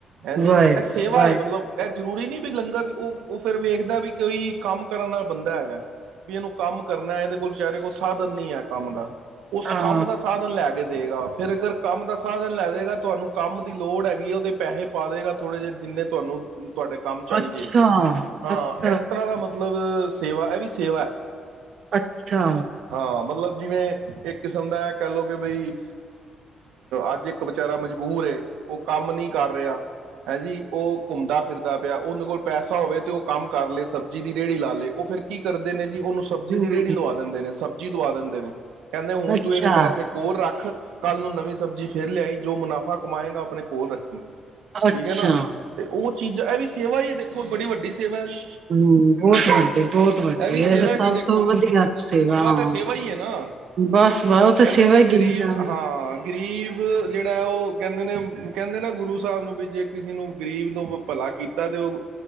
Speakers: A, on the right; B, on the right.
A: ਹੈਂ ਜੀ
B: ਵਾਹਿਗੁਰੂ,
A: ਇਹ ਸੇਵਾ
B: ਵਾਹਿਗੁਰੂ
A: ਹੈ ਮਤਲਬ ਇਹ ਜ਼ਰੂਰੀ ਨੀ ਵੀ ਲੰਗਰ ਦੀ ਉਹ ਉਹ ਫਿਰ ਵੇਖਦਾ ਵੀ ਕੋਈ ਕੰਮ ਕਰਨ ਵਾਲਾ ਬੰਦਾ ਹੈਗਾ, ਵੀ ਇਹਨੂੰ ਕੰਮ ਕਰਨਾ ਇਹਦੇ ਕੋਲ ਵਿਚਾਰੇ ਕੋਈ ਸਾਧਨ ਨਹੀਂ ਏ ਕੰਮ ਦਾ। ਉਸ
B: ਹਾਂ,
A: ਕੰਮ ਦਾ ਸਾਧਨ ਲੈ ਕੇ ਦੇਗਾ, ਫੇਰ ਅਗਰ ਕੰਮ ਦਾ ਸਾਧਨ ਲੈਦੇਗਾ ਤੁਹਾਨੂੰ ਕੰਮ ਦੀ ਲੋੜ ਹੈਗੀ ਏ ਉਦੇ ਪੈਹੇ ਪਾ ਦੇਗਾ ਥੋੜੇ ਜਿਹੇ ਜਿੰਨੇ ਤੁਹਾਨੂੰ ਤੁਹਾਡੇ ਕੰਮ ਚੱਲ
B: ਅੱਛਾ,
A: ਜੇ, ਹਾਂ
B: ਅੱਛਾ,
A: ਇਸ
B: ਅੱਛਾ,
A: ਤਰਾਂ ਦਾ ਮਤਲਬ ਸੇਵਾ, ਐ ਵੀ ਸੇਵਾ।
B: ਅੱਛਾ।
A: ਹਾਂ ਮਤਲਬ ਜਿਵੇਂ ਇੱਕ ਕਿਸਮ ਦਾ ਇਹ ਕਹਿ ਲਓ ਕਿ ਬਈ ਅੱਜ ਇੱਕ ਵਿਚਾਰਾ ਮਜ ਦੂਰ ਏ, ਉਹ ਕੰਮ ਨੀ ਕਰ ਰਿਹਾ, ਹੈਂ ਜੀ ਉਹ ਘੁੰਮਦਾ-ਫਿਰਦਾ ਪਿਆ ਉਹਦੇ ਕੋਲ ਪੈਸਾ ਹੋਵੇ ਤੇ ਉਹ ਕੰਮ ਕਰ ਲਏ ਸਬਜ਼ੀ ਦੀ ਰੇਹੜੀ ਲਾ ਲੇ ਉਹ ਫੇਰ ਕੀ ਕਰਦੇ ਨੇ ਕੀ ਉਹਨੂੰ ਸਬਜ਼ੀ
B: ਹੂੰ,
A: ਦੀ ਰੇੜੀ ਲਵਾ ਦਿੰਦੇ ਨੇ ਸਬ ਜੀ ਦਵਾ ਦਿੰਦੇ ਨੇ। ਕਹਿੰਦੇ ਹੁਣ
B: ਅੱਛਾ,
A: ਤੂੰ ਇਹਦੇ ਪੈਸੇ ਕੋਲ ਰੱਖ, ਕੱਲ ਨੂੰ ਨਵੀਂ ਸਬਜ਼ੀ ਫਿਰ ਲਿਆਈ ਜੋ ਮੁਨਾਫ਼ਾ ਕਮਾਏਗਾ ਆਪਣੇ ਕੋਲ ਰੱਖੀ। ਠੀਕ
B: ਅੱਛਾ।
A: ਹੈ ਨਾ, ਤੇ ਉਹ ਚੀਜ਼ਾਂ ਇਹ ਵੀ ਸੇਵਾ ਹੀ ਦੇਖੋ ਬੜੀ ਵੱਡੀ ਸੇਵਾ ਹੈ
B: ਹੂੰ ਬਹੁਤ ਵੱਡੀ ਬਹੁਤ ਵੱਡੀ
A: ਵੀ
B: ਇਹ
A: ਸੇਵਾ
B: ਤੇ ਸਭ
A: ਜੀ ਦੇਖੋ
B: ਤੋਂ ਵਧੀਆ ਸੇਵਾ ਏ, ਹਾਂ
A: ਤੇ ਸੇਵਾ ਹੀ ਹੈ ਨਾ
B: ਬਸ-ਬਸ ਤਾਂ
A: ਕਹਿੰਦੇ
B: ਸੇਵਾ
A: ਨੇ
B: ਹੀ
A: ਗਰੀਬ
B: ਗਿਨੇ ਜਾਣਾ।
A: ਹਾਂ ਗਰੀਬ ਜਿਹੜਾ ਏ ਉਹ ਕਹਿੰਦੇ ਨੇ ਕਹਿੰਦੇ ਨਾ ਗੁਰੂ ਸਾਹਬ ਨੂੰ ਵੀ ਜੇ ਕਿਸੇ ਨੂੰ ਗ਼ਰੀਬ ਨੂੰ ਭਲਾ ਕੀਤਾ ਤੇ ਉਹ,